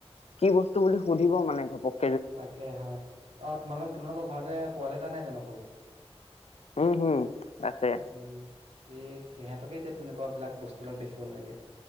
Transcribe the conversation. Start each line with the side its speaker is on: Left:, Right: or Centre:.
Left: কি বস্তু বুলি সুধিব মানে ঘপকে।
Right: তাকে হয়। অ তোমাল তোমালোকৰ ঘৰতে পোৱালি এটা নাই জানো সৰু?
Left: উম হম আছে।
Right: উম সি সিহঁতকে এতিয়া তেনেকুৱা বিলাক বস্তুবিলাক দেখিবলে লাগে।